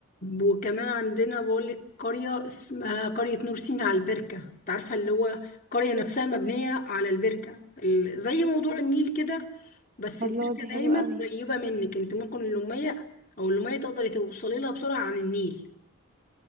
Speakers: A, on the left; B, on the right.
A: وكمان عندنا بقولك قريه اسمها قريه نور سينا على البركه انت عارفه اللي هو قريه نفسها مبنيه على البركه ال- زي موضوع النيل كده بس
B: الله
A: البركه
B: دي
A: دايما
B: حلوة قوي
A: قريبه منك انت ممكن اللوميه او اللوميه تقدري توصلي لها بسرعه عن النيل